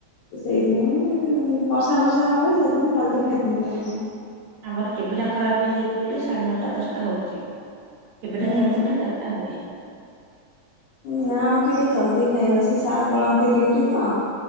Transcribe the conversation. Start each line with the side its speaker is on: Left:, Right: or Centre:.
Left: ସେଇଥିପାଇଁ ବର୍ଷା ଫର୍ଷା ହବ ସେଇଥିପାଇଁ ଜଲଦି ଖାଇଦିଅନ୍ତି ଆମର।
Right: ଆମର ଟିଭି ଟା ଖରାପ ହେଇଯାଇଛି ବୋଲି ସାଢ଼େ ନଅଟା, ଦଶଟା ହଉଛି। ଟିଭିି
Left: ହୁଁ
Right: ଟା ଚାଲିଥିଲେ ଏଗରଟା ହୁଏ।
Left: ନା ଆମର ଟିକେ ଚଲଦି ଖାଇବା, ସେ ସାର ପଳାନ୍ତି ଡିଉଟି ତ।